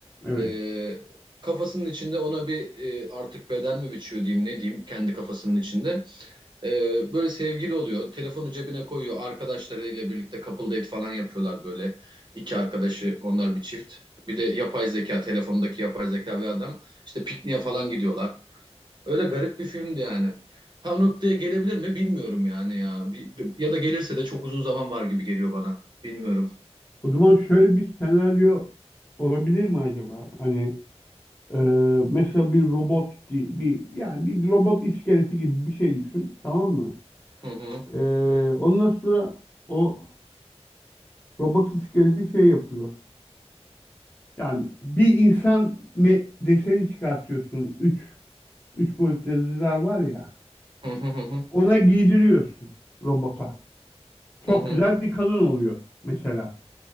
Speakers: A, on the left; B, on the right.
A: Evet.
B: Ee, kafasının içinde ona bir e, artık beden mi biçiyor diyeyim ne diyeyim kendi kafasının içinde. Ee, böyle sevgili oluyor. Telefonu cebine koyuyor. Arkadaşlarıyla birlikte couple date falan yapıyorlar böyle. İki arkadaşı onlar bir çift. Bir de yapay zeka telefondaki yapay zeka ve adam işte pikniğe falan gidiyorlar. Öyle garip bir filmdi yani. Ha o noktaya gelebilir mi bilmiyorum yani ya. Bir- Ya da gelirse de çok uzun zaman var gibi geliyor bana. Bilmiyorum.
A: O zaman şöyle bir senaryo olabilir mi acaba? Hani e, mesela bir robot gibi bir yani bir robot iskeleti gibi bir şey düşün. Tamam mı?
B: Hı hı.
A: E, ondan sonra o robot iskeleti şey yapıyor. Yani bir insan me- deseni çıkartıyorsun. Üç, üç boyutlu yazıcılar var ya.
B: Hı hı hı hı.
A: Ona giydiriyorsun robota. Çok
B: Hı hı.
A: güzel bir kadın oluyor mesela.